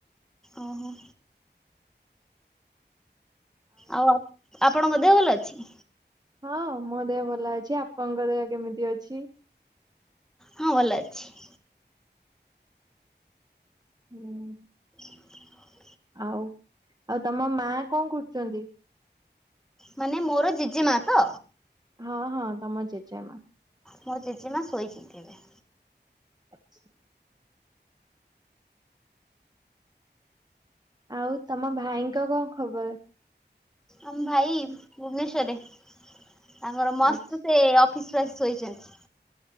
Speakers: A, in the centre; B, on the right (about 20°).
A: ଓ ହୋ। ଆଉ ଆ ଆପଣଙ୍କ ଦେହ ଭଲ ଅଛି?
B: ହଁ ମୋ ଦେହ ଭଲ ଅଛି ଆପଣଙ୍କ ଦେହ କେମିତି ଅଛି?
A: ହଁ ଭଲ ଅଛି।
B: ହୁଁ।
A: <inaudible>
B: ଆଉ ଆଉ ତମ ମା କଣ କରୁଛନ୍ତି?
A: ମାନେ ମୋର ଜେଜେ ମା ତ?
B: ହଁ ହଁ ତମ ଜେଜେ ମା।
A: ମୋ ଜେଜେ ମା ଶୋଇଚନ୍ତି ଏବେ।
B: ଆଚ୍ଛା। ଆଉ ତମ ଭାଇଙ୍କ କଣ ଖବର?
A: ଆମ ଭାଇ ଭୁବନେଶ୍ଵରରେ ତାଙ୍କର ମସ୍ତ୍
B: ଆଚ୍ଛା
A: ସେ ଅଫିସ୍ ରୁ ଆସି ଶୋଇଛନ୍ତି।